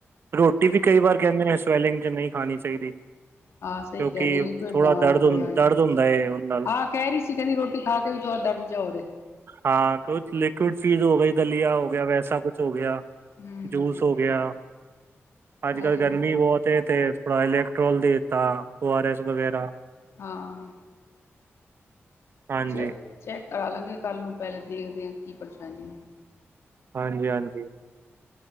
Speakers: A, on the right; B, on the left.
A: ਰ੍ਹੋਟੀ ਵੀ ਕਈ ਵਾਰ ਕਹਿੰਦੇ ਨੇ, ਸਵੈਲਿੰਗ'ਚ ਨਹੀਂ ਖਾਣੀ ਚਾਹੀਦੀ।
B: ਹਾਂ, ਸਹੀ
A: ਕਿਉਂਕਿ
B: ਕਹਿ ਰਹੇ ਤੁਹਾਡੇ
A: ਥੋੜਾ
B: ਵਾਂਗ
A: ਦਰਦ ਹੁੰ
B: ਥੋੜਾ ਜਿਹਾ,
A: ਦਰਦ ਹੁੰਦਾ ਹੈ ਉਹ ਨਾਲ
B: ਹਾ ਕਹਿ ਰਹੀ ਸੀ, ਕਹਿੰਦੀ ਰੋ ਰੋਟੀ ਖਾਕੇ ਵੀ, ਥੋੜਾ ਦਰਦ ਜਾ ਹੋ ਰਿਯਾ।
A: ਹਾਂ, ਕੁਛ ਲਿਕਵਿਡ ਚੀਜ਼ ਹੋ ਗਈ, ਦਲੀਆ ਹੋਗਿਆ ਵੈਸਾ ਕੁਛ ਹੋ ਗਿਆ।
B: ਹੂੰ
A: ਜੂਸ ਹੋ ਗਿਆ। ਅੱਜ
B: ਹੂੰ
A: ਕੱਲ੍ਹ ਗਰਮੀ ਬਹੁਤ ਤੇ ਥੋੜਾ ਇਲੈਕਟ੍ਰੋਲ ਦੇ ਦਿੱਤਾ ਓ ਆਰ ਐਸ ਵਗੈਰਾ।
B: ਹਾਂ।
A: ਹਾਂਜੀ
B: ਚੈ ਚੈੱਕ ਕਰਾ ਲਾਂਗੇ ਕੱਲ ਨੂੰ ਪਹਿਲੇ ਦੇਖਦੇ ਕੀ ਪਰੇਸ਼ਾਨੀ
A: ਹਾਂਜੀ- ਹਾਂਜੀ।